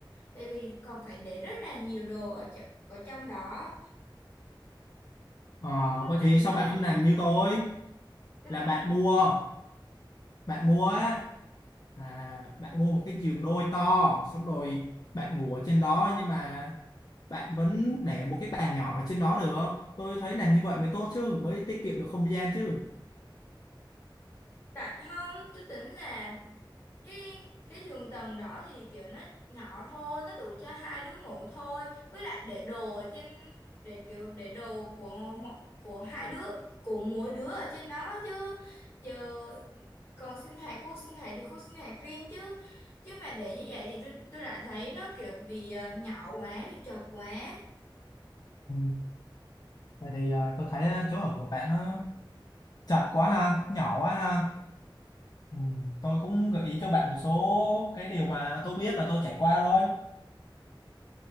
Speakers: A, on the left; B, on the left.
A: tại vì còn phải để rất là nhiều đồ ở tr- ở trong đó
B: Ờ,
A: cảm ơn
B: vậy
A: bạn
B: thì sao
A: đã
B: bạn không làm như tôi
A: cảm
B: là
A: ơn
B: bạn
A: bạn đã
B: mua bạn mua À, bạn mua một cái giường đôi to xong rồi bạn ngủ ở trên đó nhưng mà bạn vẫn để một cái bàn nhỏ ở trên đó được tôi thấy làm như vậy mới tốt chứ mới tiết kiệm được không gian chứ
A: tại không tôi tính là cái cái giường tầng đó thì kiểu nó nhỏ thôi nó đủ cho hai đứa ngủ thôi với lại để đồ ở trên để kiểu để đồ của mọi của hai đứa của mỗi đứa ở trên đó chứ giờ còn sinh hoạt khu sinh hoạt thì khu sinh hoạt riêng chứ chứ mà để như vậy thì tôi tôi lại thấy nó kiểu bị ờ, nhỏ quá bị chật quá
B: Ừ. Vậy thì à, tôi thấy à, chỗ ở của bạn nó chật quá ha, nhỏ quá ha. Ừ. Tôi cũng gợi ý cho bạn một số cái điều mà tôi biết và tôi trải qua thôi.